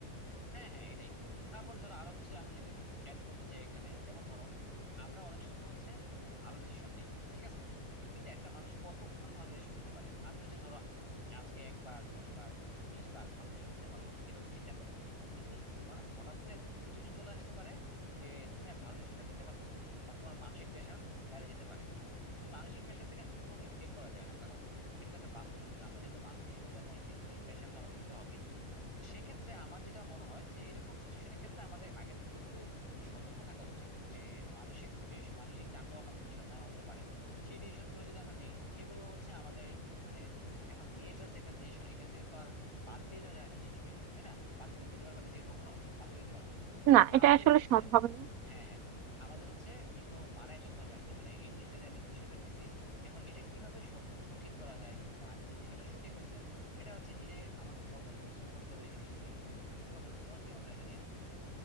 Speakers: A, on the left; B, on the right.
A: হ্যাঁ হ্যাঁ এটাই তারপর ধরো আরো কিছু আমি যদি অ্যাড করতে চাই এখানে যেমন ধরো আমরা অনেক সময় হচ্ছে ভালো ডিসিশন নেই ঠিক আছে কিন্তু একটা মানুষ কতক্ষণ ভালো ডিসিশন নিতে পারে আমি হচ্ছে ধরো আজকে একবার দশ বার বিশ বার ভালো ডিসিশন নিতে পারলাম এভাবে চিন্তা করে কিন্তু তোমার হঠাৎ করে একদম সিচুয়েশন চলে আসতে পারে যে তুমি আর ভালো ডিসিশনটা নিতে পারতেছো না বা তোমার মানসিক প্রেশার বেড়ে যেতে পারে কিন্তু মানসিক প্রেশার থেকে আসলে তো কখনো স্কেপ করা যায় না কারণ এটা তো একটা বাস্তব সত্য আমরা যেহেতু মানুষ হিসেবে জন্মাইছি তো প্রেশার তো আমাদের নিতে হবেই তো সেক্ষেত্রে আমার যেটা মনে হয় যে এরকম সিচুয়েশনের ক্ষেত্রে আমাদের আগে থেকে একটু সতর্ক থাকা উচিত যে মানসিক সিচুয়েশন মানসিক চাপেও আমাদের ডিসিশন নেওয়া হতে পারে সেই ডিসিশন গুলো যদি আমরা নেই সেগুলো হচ্ছে আমাদের মানে এখন নিয়ে ফেলছে একটা ডিসিশন এখান থেকে তো আর বাদ দিয়ে দেওয়া যায় না নিজেকে তাই না বাদ দিতে পারবা নিজেকে কখনো বাদ তো দিতে পারবা না
B: না
A: তো
B: এটা
A: আমাদেরকে
B: আসলে
A: হচ্ছে
B: সম্ভব না
A: হ্যাঁ হ্যাঁ আমাদের হচ্ছে একটু মানায় চলতে হবে আর কি মানে এই জিনিসটা যে আমি ডিসিশনটা নিছি এখন এটা কিভাবে সৎ- সঠিক করা যায় বা আমি যে ডিসিশনটা সঠিক হয়েছে এটা হচ্ছে নিজে আমাকে কঠোর পরিশ্রম করতে হবে এই জিনিসটা নিয়ে বুঝতে পারছো তো তোমার কি মনে হয় এটা নিয়ে